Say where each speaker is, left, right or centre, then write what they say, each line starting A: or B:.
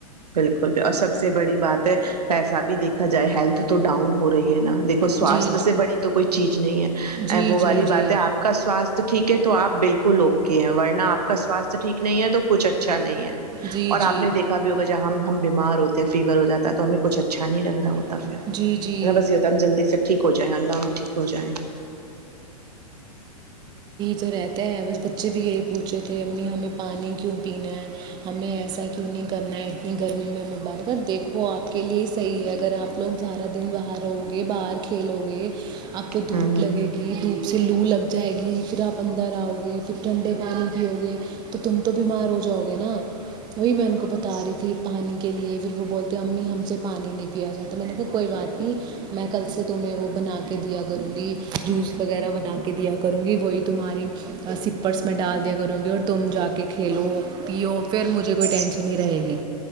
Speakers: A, on the right; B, on the right.
A: بالکل سب سب سے بڑی بات ہے پیسہ بھی دیکھا جائے ہیلتھ تو ڈاؤن ہو رہی ہے نا دیکھو سواستھ
B: جی
A: سے بڑی تو کوئی چیز نہیں ہے
B: جی
A: ا وہ
B: جی
A: والی
B: جی
A: بات ہے آپ کا سوستھ ٹھیک ہے تو آپ بالکل کلو ہے ورنہپ کا ساستھ ٹھیک نہیں ہے تو کچھ اچھا اچھا نہیں ہے
B: جی
A: اور
B: جی
A: آپ نے دیکھا بھی ہوگا ج ہم ہم ب بیمار ہوتے ہیں فیور ہواتا ہے تو ہمیں کچھ اچھا نہیں لگ رہا ہوتا
B: لگتا
A: پھرا
B: جی جی
A: بس یہ ہوتا ہے ہم جلدی سے ٹھیک ہو جائیں اللہ ہم ٹھیک ہو جائیں
B: جو رہتا ہے بس بچے بھی یہی پوچھ رہے تھے امی ہمیں پانی کیوں پینا ہے ہمیں ایسا کیوں نہیں کرنا ہے اتنی گرمی میں ہمیں بات کر دیکھو آپ کے لیے صحیح ہے اگر آپ لوگ زارا دن باہر رہو گے باہر کھیلو گے آپ کو دھوپ
A: ہوں ہوں
B: لگے گی دوپ سے لو لگ جائے گی پھر آپ اندر آؤ گے پھر ٹھنڈے پانی پیؤ گے تو تم تو بیمار ہو جاؤ گے نا وہی میں ان کو بتا رہی تھی پانی کے لیے پھر وہ بولتے ہیں امی ہم سے پانی نہیں پیا جاتا تو میں نے کہا کوئی بات نہیں میں کل سے تمہیں وہ بنا کے دیا کروں گی جوس وغیرہ بنا کے دیا کروں گی وہی تمہاری سپرس میں ڈال دیا کروں گی اور تم جا کے کھیلو پیو پھر مجھے
A: صحیح
B: کوئی ٹینشن نہیں رہے گی